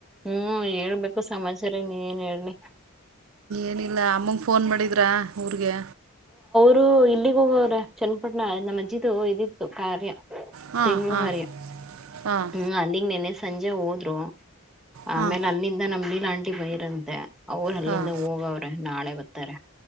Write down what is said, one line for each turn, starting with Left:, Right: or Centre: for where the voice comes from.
Centre: ಹ್ಮ್ ಹೇಳ್ಬೇಕು ಸಮಾಚಾರೀ ನೀ ಏನ್ ಹೇಲಿ
Right: ಏನಿಲ್ಲ ಅಮ್ಮಗೆ ಫೋನ್ ಮಾಡಿದ್ರಾ ಊ್ರರಿಗೆ
Centre: ರು ಇಲ್ಲಿಗ್ ಹೋಗವ್ರೆ ಚನ್ನಪಟ್ಣಮ್ಮಜ್ಜಿದು ಇದಿತ್ತು ಕಾರ್ಯ
Right: ಹಾಂ
Centre: ತಿಂಗಳಗರಿ
Right: ಹಾಂ ಹಾಂ
Centre: ಹ್ಮ್ ಅಲ್ಲಿಗ್ ನೆನೆ ಸಂಜೆ ಹೋದ್ರು
Right: ಹಾಂ
Centre: ಆಮೇಲೆ ಅಲ್ಲಿಂದ ನಮ್ದಲ ಆಂಟಿ ಬೈರಂತೆ ಅವರು ಅಲ್ಲಿಂದ
Right: ಹಾಂ
Centre: ಹೋಗವ್ರೆ ನಾಳೆ ಬ ಹತರ